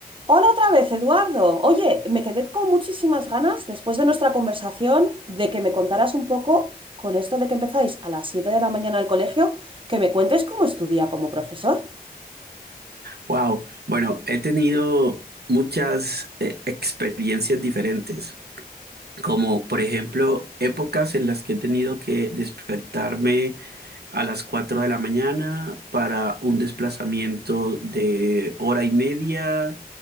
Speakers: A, on the right; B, on the right.
A: Hola otra vez, Eduardo. Oye, me quedé con muchísimas ganas después de nuestra conversación de que me contaras un poco con esto de que empezáis a las 7 de la mañana al colegio, que me cuentes cómo estudia como profesor.
B: Wow. Bueno, he tenido muchas eh, experiencias diferentes, como por ejemplo épocas en las que he tenido que despertarme a las 4 de la mañana para un desplazamiento de hora y media,